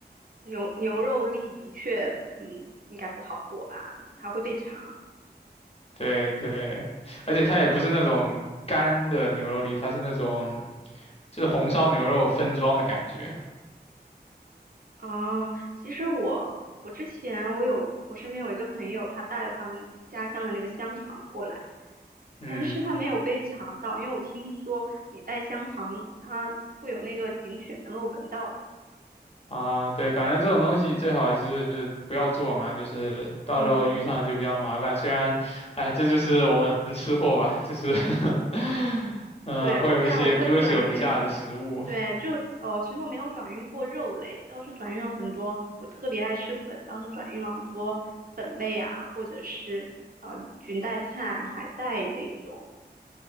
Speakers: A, on the right; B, on the left.
A: 牛牛肉粒的确，嗯，应该不好过吧，它会被查。
B: 对对，而且它也不是那种干的牛肉粒，它是那种就是红烧牛肉分装的感觉。
A: 啊，其实我我之前我有我身边有一个朋友，他带了他们家乡的那个香肠过来，
B: 嗯。
A: 但是他没有被查到，因为我听说你带香肠，它会有那个警犬能够闻到的。
B: 啊，对，反正这种东西最好还是不要做嘛，就是到时候遇上就比较麻烦。
A: 嗯，
B: 虽然，哎，这就是我们吃货吧，就是 <laughs> 嗯，
A: 对，
B: 会有一些割舍不下的食物。
A: 我但我会转运，对，就哦，其实我没有转运过肉类，倒是转运了很多，我特别爱吃粉，当时转运了很多粉类啊，或者是呃裙带菜、海带这种。